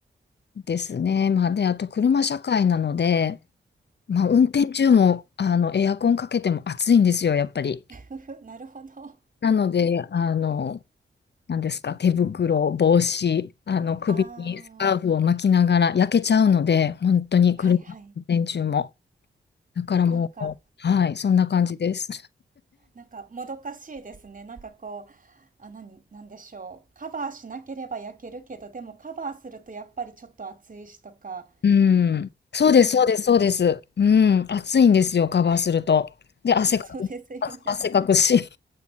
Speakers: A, on the left; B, on the right.
A: ですね。まあで、あと車社会なので、まあ運転中もあのエアコンかけても暑いんですよ、やっぱり。
B: <laughs> なるほど。
A: なので、あの、何ですか、手袋、帽子、あの、首にスカーフを巻きながら焼けちゃうので、
B: ああ、
A: 本当に車の運転中も。
B: はいはい。
A: だからもう、
B: なんか、
A: はい、そんな感じです。
B: なんかもどかしいですね。なんかこう、あ、何なんでしょう。カバーしなければ焼けるけど、でもカバーするとやっぱりちょっと暑いしとか。
A: うん。そうです、
B: うん。
A: そうです、そうです。うん。暑いんですよ、カバーすると。で、汗かく、
B: <laughs> そうですよね。
A: 汗汗かくし。